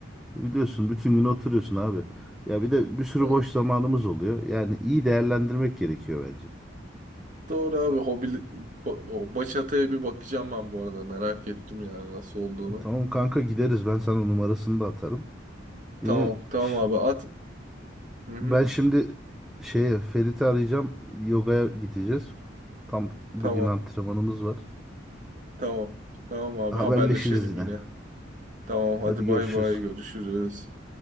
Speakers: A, in the centre; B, on the right.
A: Biliyorsun bütün gün
B: Hı.
A: oturuyorsun abi. Ya bir de bir sürü
B: Da-
A: boş zamanımız oluyor. Yani iyi değerlendirmek gerekiyor bence.
B: Doğru abi hobi ba- o bachata'ya bir bakacağım ben bu arada merak ettim yani nasıl olduğunu.
A: Tamam kanka gideriz. Ben sana numarasını da atarım. Yine
B: Tamam tamam
A: ş-
B: abi at. Hı-hı.
A: ben şimdi şeye Ferit'i arayacağım. Yogaya gideceğiz. Tam bugün
B: Tamam
A: antrenmanımız var.
B: tamam tamam abi
A: Haberleşiriz
B: haberleşelim
A: yine.
B: yine. Tamam hadi
A: Hadi görüşürüz.
B: bay bay görüşürüz.